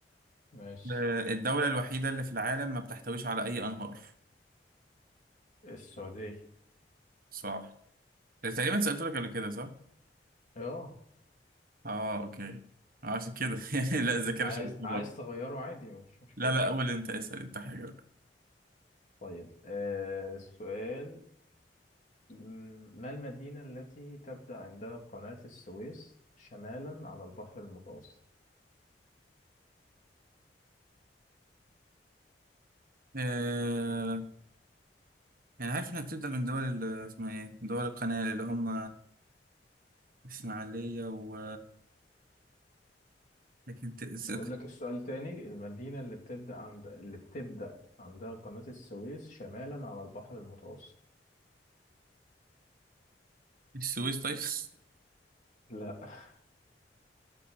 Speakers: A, on the left; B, on the right.
A: ماشي
B: آه الدولة الوحيدة اللي في العالم ما بتحتويش على اي انهار
A: السعودية
B: صح إيه، تقريبا سألت لك قبل كده صح
A: أه
B: اه اوكي آه، عشان كده <laughs> يعني لا الذاكرة
A: عايز
B: شغالة برضه
A: عايز تغيره عادي مش مشكلة
B: لا لا اول انت اسأل انت حاجة بقى
A: طيب آه السؤال مم، ما المدينة التي تبدأ عندها قناة السويس شمالا على البحر المتوسط؟
B: آه يعني عارف انها بتبدأ من دول ال- اسمها ايه دول القناة اللي هم اسماعيلية و لكن ت- الس-
A: أقول لك السؤال تاني المدينة اللي بتبدأ عند اللي بتبدأ عندها قناة السويس شمالا على البحر المتوسط
B: السويس طيب <laughs>
A: لا <laughs>